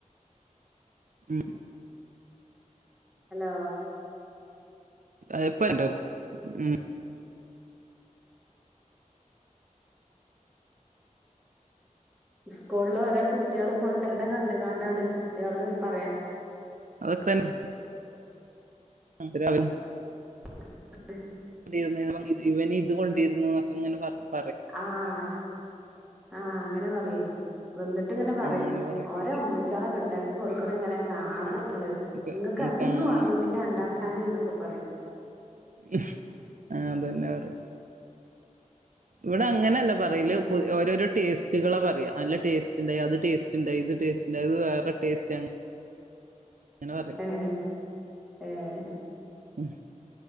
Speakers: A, on the right (about 75°); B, in the centre.
A: ഉം
B: ഹലോ
A: എള്പ്പണ്ട് ഉം
B: ഇസ്കൂളിൽ ഓരോ കുട്ടികൾ കൊണ്ടുവരണ കണ്ട്ങ്ങാണ്ടാണ് കുട്ടികള് പറയാ
A: അതൊ <unintelligible> <unintelligible>
B: <unintelligible>
A: <unintelligible> ഇവനി ഇത് കൊണ്ടിരുന്നു എന്നൊക്കെ ഇങ്ങനെ പറഞ്ഞു
B: ആഹ് ആഹ് അങ്ങനെ പറയോയ് വന്നിട്ട്ങ്ങനെ പറയും
A: അങ്ങനെ പറയും
B: ഓരോ ഉമ്മിച്ചാളൊക്കെ ഉണ്ടാക്കി കൊടുക്കണ ഇങ്ങനെ കാണണം ഇങ്ങള്
A: ഉം
B: ഇങ്ങക്കൊന്നും
A: കാണണം
B: അറിയില്ല ഉണ്ടാക്കാന് ന്നൊക്കെ പറയും
A: ഉം അതന്നെ പറയും ഇവടെ അങ്ങനല്ല പറയല്
B: ആഹ്
A: ഓരോരോ ടേസ് ട്ടികള പറയാ നല്ല ടേസ്റ്റ് ഉണ്ടായി അത് ടേസ്റ്റ്ണ്ടായി ഇത് ടസ്റ്റ് ഉണ്ടായി ഇത് വേറെ ടേസ്റ്റ് ങ്ങനെ പറയും
B: ഏഹ് ഏഹ്
A: ഉം